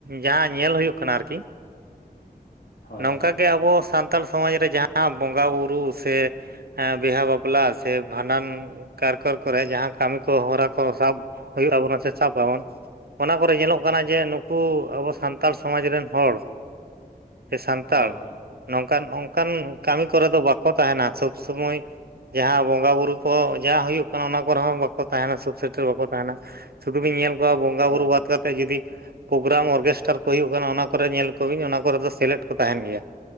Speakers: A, on the right (about 75°); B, on the left (about 85°).
A: ᱡᱟᱦᱟᱸ ᱧᱮᱞ ᱦᱩᱭᱩᱜ ᱠᱟᱱᱟ ᱟᱨᱠᱤ,
B: ᱦᱳᱭ
A: ᱱᱚᱝᱠᱟ ᱜᱮ ᱟᱵᱚ ᱥᱟᱱᱛᱟᱞ ᱥᱚᱢᱟᱡᱽ ᱨᱮ ᱡᱟᱦᱟᱸ ᱵᱚᱸᱜᱟ ᱵᱩᱨᱩ ᱥᱮ, ᱦᱮᱸ ᱵᱮᱦᱟ ᱵᱟᱯᱞᱟ ᱥᱮ ᱵᱷᱟᱸᱰᱟᱱ ᱠᱟᱨᱠᱚᱨ ᱠᱚᱨᱮ ᱡᱟᱦᱟᱸ ᱠᱟᱹᱢᱤ ᱠᱚ ᱦᱚᱨᱟ ᱠᱚ ᱥᱟᱵ ᱦᱩᱭᱩᱜ ᱟᱵᱚᱱᱟ ᱥᱮ ᱥᱟᱵ ᱟᱵᱚᱱ ᱚᱱᱟ ᱠᱚᱨᱮ ᱧᱮᱞᱚᱜ ᱠᱟᱱᱟ ᱡᱮ ᱱᱩᱠᱩ ᱟᱵᱚ ᱥᱟᱱᱛᱟᱲ ᱥᱚᱢᱟᱡᱽ ᱨᱮᱱ ᱦᱚᱲ ᱥᱮ ᱥᱟᱱᱛᱟᱲ
B: ᱦᱳᱭ
A: ᱱᱚᱝᱠᱟᱱ ᱚᱱᱠᱟᱱ ᱠᱟᱹᱢᱤ ᱠᱚᱨᱮ ᱫᱚ ᱵᱟᱠᱚ ᱛᱟᱸᱦᱮᱱᱟ, ᱥᱚᱵᱽ ᱥᱚᱢᱚᱭ᱾ ᱡᱟᱦᱟᱸ ᱵᱚᱸᱜᱟ ᱵᱩᱨᱩ ᱠᱚ ᱡᱟᱦᱟᱸ ᱦᱩᱭᱩᱜ ᱠᱟᱱᱟ ᱚᱱᱟ ᱠᱚᱨᱮ ᱦᱚᱸ ᱵᱟᱠᱚ ᱛᱟᱸᱦᱮᱱᱟ ᱥᱩᱠ ᱥᱮᱴᱮᱨ ᱵᱟᱠᱚ ᱛᱟᱸᱦᱮᱱᱟ ᱥᱩᱫᱷᱩ ᱵᱤᱱ ᱧᱮᱞ ᱠᱚᱣᱟ ᱵᱚᱸᱜᱟ
B: ᱦᱳᱭ
A: ᱵᱩᱨᱩ ᱵᱟᱫ ᱠᱟᱛᱮ ᱡᱩᱫᱤ ᱯᱨᱳᱜᱨᱟᱢ ᱚᱨᱜᱮᱥᱴᱟᱨ ᱠᱚ ᱦᱩᱭᱩᱜ ᱠᱟᱱᱟ ᱚᱱᱟ ᱠᱚᱨᱮ ᱧᱮᱞ ᱠᱚᱵᱤᱱ ᱚᱱᱟ ᱠᱚᱨᱮ ᱫᱚ ᱥᱮᱞᱮᱫ ᱠᱚ ᱛᱟᱸᱦᱮᱱ ᱜᱮᱭᱟ